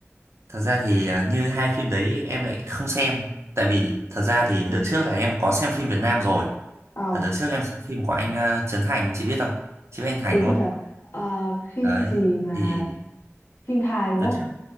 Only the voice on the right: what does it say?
thật ra thì ờ, như hai phim đấy em lại không xem, tại vì thật ra thì đợt trước là em có xem phim Việt Nam rồi.
Là đợt trước em xem phim của anh ờ, Trấn Thành, chị biết không? Chị biết anh Thành
đúng
không?
Đấy
thì
Đợt
trước,